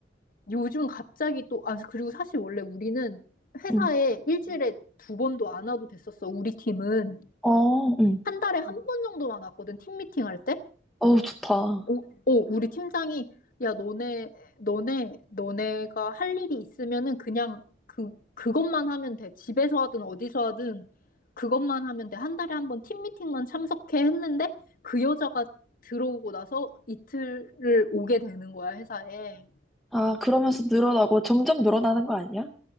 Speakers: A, on the left; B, in the centre.
A: 요즘 갑자기 또, 아, 그리고 사실 원래 우리는 회사에
B: 응.
A: 일주일에 두 번도 안 와도 됐었어, 우리 팀은.
B: 어, 응.
A: 한 달에 한 번 정도만 왔거든, 팀 미팅할 때.
B: 어우, 좋다.
A: 오, 오, 우리 팀장이, 야, 너네, 너네, 너네가 할 일이 있으면은 그냥 그, 그것만 하면 돼. 집에서 하든 어디서 하든 그것만 하면 돼. 한 달에 한 번 팀 미팅만 참석해 했는데 그 여자가 들어오고 나서 이틀을 오게 되는 거야, 회사에.
B: 아, 그러면서 늘어나고 점점 늘어나는 거 아니야?